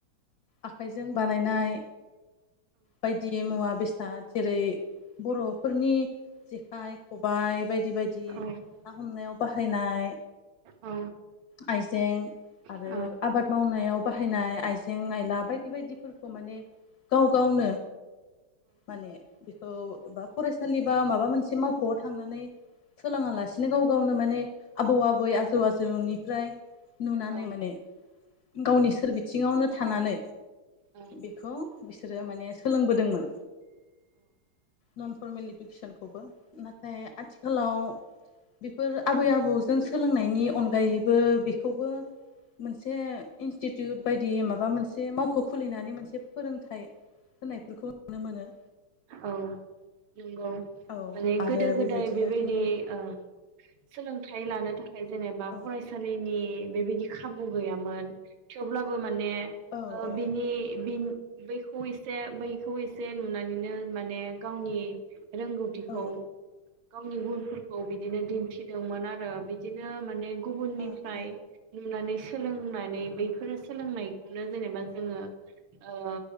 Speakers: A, on the left (about 70°); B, on the right (about 70°).
A: आखाइजों बानायनाय बायदि मुवा बे <unintelligible> जेरै बर'फोरनि जेखाइ खबाइ बाय दि बायदि
B: औ
A: ना हमनायाव बाहायनाय
B: औ
A: आइजें आरो
B: औ
A: आबाद मावनायाव बाहायनाय आइजें आइला बायदि बायदिफोरखौ माने गाव गावनो माने बिखौ एबा फरायसालि बा माबा मोनसे मावख'आव थांनानै सोलोङा लासिनो गाव गावनो माने आबौ आबै आजौ आजौनिफ्राय नुनानै
B: औ
A: माने गावनि सोरबिथिङावनो थानानै
B: औ
A: बेखौ बिसोरो माने सोलोंबोदोंमोन नन फरमेल इडुकेसनखौबो। नाथाय आथिखालाव बेफोर आबै आबौजों सोलोंनायनि अनगायैबो बेखौबो मोनसे इनस्टिटिउट बाय दि माबा मोनसे मावख' खुलिनानै एसे फोरोंथाइ होनायफोरखौ नुनो मोनो।
B: औ नंगौ
A: औ
B: माने
A: आरो
B: गोदो गोदाय
A: बेबायदिनो
B: बेबायदि-ओ
A: जोङो
B: सोलोंथाइ लानो थाखाय जेनेबा
A: औ
B: फरायसालिनि। बेबायदि खाबु गैयामोन थेवब्लाबो मा। ने
A: औ
B: ओ-बिनि-बिन।
A: औ
B: बैखौ एसे बैखौ एसे नुनानैनो माने गावनि रोंगौथिखौ
A: औ
B: गावनि गुनफोरखौ बिदिनो दिन्थिदोंमोन आरो बिदिनो माने। गुबुननिफ्राय
A: औ औ
B: नुनानै सो। सोलोंनानै बैफोरो सोलोंनायखौनो जेनेबा जोङो-ओ।